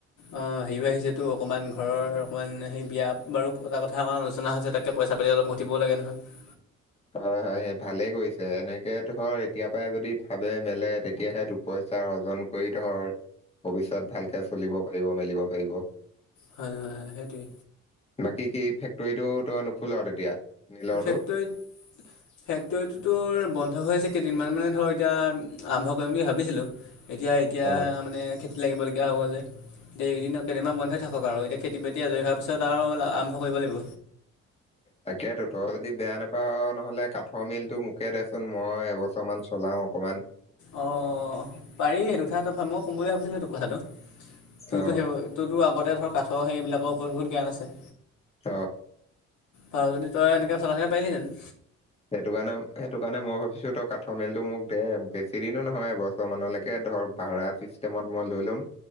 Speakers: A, on the left; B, on the left.
A: অ হেৰি বাঢ়িছেটো অকণমান ঘৰৰ অকণমান সেই বিয়া বাৰু পতা কথা অকণমান আলোচনা হৈছে তাক এই পইচাপাতি অলপ ঘটিব লাগে নহয়।
B: হয় হয় সেই ভালেই কৰিছে, এনেকে ধৰ এতিয়াৰ পৰাই যদি ভাবে মেলে তেতিয়াহে তোক পইচা অৰ্জন কৰি ধৰ ভৱিষ্যত ভালকে চলিব পাৰিব মেলিব পাৰিব।
A: হয় হয় হয় সেইটোৱে।
B: বাকী কি ফেক্টৰীটো তই নোখোল তেতিয়া? মিলৰটো
A: ফেক্টৰীত ফেক্টৰীটো তো বন্ধ হৈ আছে কেইদিনমান মানে ধৰ এতিয়া আৰম্ভ কৰিম বুলি ভাবিছিলোঁ। এতিয়া এতিয়া
B: অ
A: মানে খেতিত লাগিবলগীয়া হৈ গ'ল যে এইকেইদিনত কেইদিনমান বন্ধ্ই থাকক আৰু এতিয়া খেতি - বাতি আজৰি হোৱাৰ পিছত আৰু আৰম্ভ কৰিব লাগিব।
B: তাকেইতো তই যদি বেয়া নাপাও নহলে কাঠৰ মেইলটো মোকে দেচোন মই এবছৰমান। চলাওঁ অকণমান।
A: অঁ পাৰি সেইটো কথাত ভাব মই ক'ম বুলি ভাবিছিলোঁ তোৰ কথাটো তোৰতো
B: অ
A: সেইবোৰ তোৰতো আগতে ধৰ কাঠৰ হেৰি বিলাকৰ ওপৰত বহুত জ্ঞান আছে।
B: অঁ
A: পাৰ যদি তই এনেকৈ চলাই থাকিব পাৰিলি হেঁতেন।
B: সেইটো কাৰণে সেইটো কাৰণে মই ভাবিছো তই কাঠৰ মেইলটো মোক দে বেছি দিনো নহয় এবছৰ মানলৈকে ধৰ ভাড়া ছিষ্টেমত মই লৈ ল'ম।